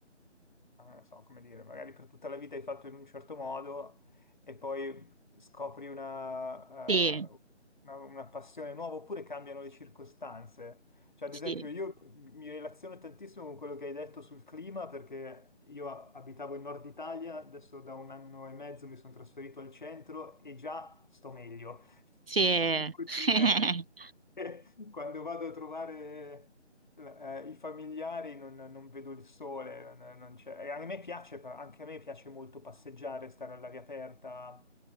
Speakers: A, on the left (about 40°); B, on the right (about 55°).
A: eh, non so come dire, magari per tutta la vita hai fatto in un certo modo e poi scopri una,
B: Sì,
A: eh, una- una passione nuova oppure cambiano le circostanze. Cioè, ad
B: sì,
A: esempio, io mi relaziono tantissimo con quello che hai detto sul clima perché io a- abitavo in Nord Italia, adesso da un anno e mezzo mi sono trasferito al centro e già sto meglio.
B: sì.
A: <laughs> Devo
B: <laughs>
A: dire che quando vado a trovare eh, i familiari non, non vedo il sole, non, non c'è. E a me piace, anche a me piace molto passeggiare, stare all'aria aperta.